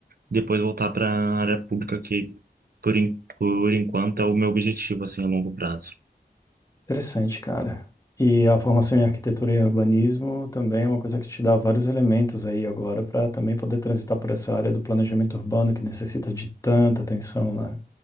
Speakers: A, on the right (about 60°); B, on the left (about 20°).
A: depois voltar para a área pública que por, en- por enquanto é o meu objetivo assim a longo prazo.
B: Interessante, cara. E a formação em arquitetura e urbanismo também é uma coisa que te dá vários elementos aí agora para também poder transitar por essa área do planejamento urbano que necessita de tanta atenção lá.